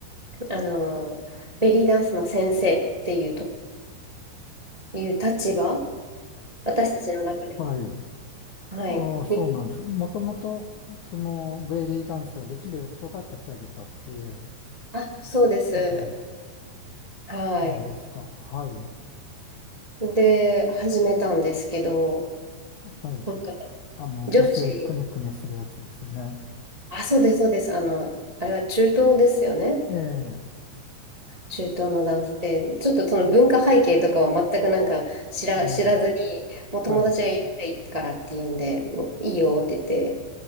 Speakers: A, on the right (about 30°); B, on the left (about 70°).
A: あの、ベリーダンスの先生っていうと、いう立場、私たちの中では、
B: はい。
A: はい。
B: ああ、そうなんです。
A: に
B: もともと、その、ベリーダンスができる人が立ち上げたっていう
A: あ、そうです。
B: こと
A: はい。
B: なんですか。はい。
A: で、始めたんですけど、
B: はい。
A: なんか
B: あの、
A: 女子、
B: 腰くねくねするやつですよね。
A: あ、そうです、そうです。あの、あれは中東ですよね。
B: ええ、
A: 中東の男性。ちょっとその文化背景とかは全くなんか知ら、
B: うん。
A: 知らずに、もう友達がやりたいからっていうんで、
B: はい、
A: もういいよって言って、